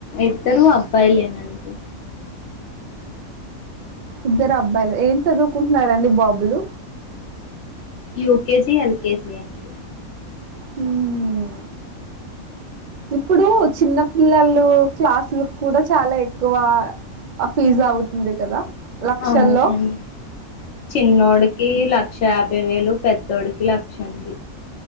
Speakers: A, on the left (about 65°); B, on the right (about 70°).
A: ఇద్దరు అబ్బాయిలేనండి
B: ఇద్దరు అబ్బాయిలే ఏం చదువుకుం కుంటున్నారు అండి బాబులు
A: యుకెజి ఎల్కెజి అండి
B: హూ హు ఇప్పుడు చిన్న పిల్లలు క్లాసులు కూడా చాలా ఎక్కువ ఫీజు అవుతుంది కదా లక్షల్లో
A: అవునండి చిన్నోడికి లక్ష యాభై వేలు లక్ష అండి